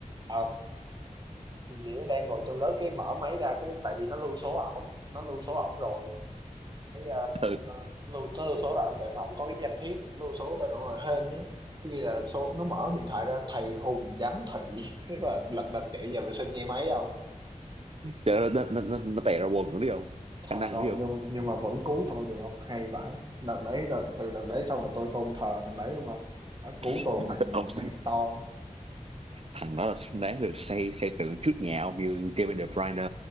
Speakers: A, on the right (about 35°); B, on the right (about 50°).
A: ờ nghĩa đang ngồi trong lớp cái mở máy ra cái tại vì nó lưu số ổng nó lưu số ổng rồi cái ờ,
B: ừ.
A: ờ, lưu tới lưu số đoạn tại nó cũng có cái danh thiếp cũng lưu số tới đoạn rồi hên nhé ghi là số nó mở điện thoại ra thầy Hùng giám thị <laughs> thế là lật đật chạy về vệ sinh nghe máy không
B: trời ơi, nó, nó, nó, nó tè ra quần nữa đi không khả
A: thật
B: năng
A: không
B: đi không
A: nhưng nhưng mà vẫn cứu tôi được không hay vãi đợt đấy đợt, từ đợt đấy xong rồi tôi tôn thờ thằng đấy đúng không đã cứu tôi
B: <laughs>
A: một mạng
B: ông
A: một
B: xứng-
A: mạng to
B: thằng đó là xứng đáng được xây xây tượng trước nhà ông như Kevin De Bruyne